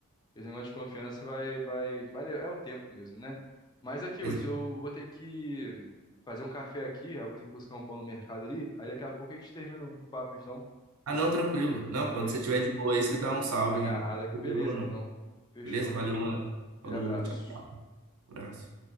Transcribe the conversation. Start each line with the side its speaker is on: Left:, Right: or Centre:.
Left: esse negócio de confiança vai, vai, vai, le- é o tempo mesmo, né? Mas aqui,
Right: Exa-
Left: Hudson, eu vou ter que fazer um café aqui, aí eu vou ter que buscar um pão no mercado ali. Aí daqui a pouco a gente termina o papo, então.
Right: Ah, não, tranquilo. Não,
Left: Aí
Right: quando você tiver de boa aí, você dá um salve.
Left: Tá agarrado
Right: Não
Left: aqui,
Right: tem
Left: beleza,
Right: problema, não.
Left: então. Fechou.
Right: Beleza? Valeu, mano.
Left: Aquele
Right: Falou,
Left: abraço.
Right: tchau, tchau. Abraço.